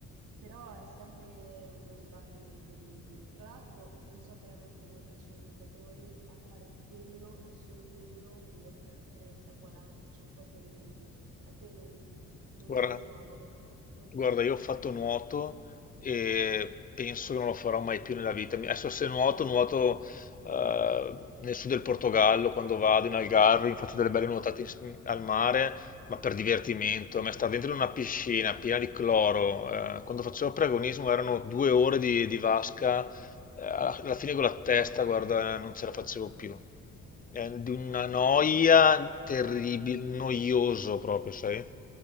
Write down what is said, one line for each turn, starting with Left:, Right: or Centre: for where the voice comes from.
Right: però è sempre uno sbatti incredibile. Tra l'altro non so veramente come facciano i nuotatori a fare quello e solo quello per 30, 40, 50 minuti. A te non, non
Left: Guarda,
Right: viene noia dopo un tot?
Left: Guarda, io ho fatto nuoto e penso che non lo farò mai più nella vita. Adesso se nuoto, nuoto eh, nel sud del Portogallo, quando vado in Algarve, mi faccio delle belle nuotate in- al mare, ma per divertimento. A me stare dentro una piscina piena di cloro, eh, quando facevo preagonismo erano due ore di, di vasca, eh, alla fine con la testa, guarda, non ce la facevo più. È di una
Right: Eh, ma
Left: noia
Right: infatti...
Left: terribile, noioso proprio, sai?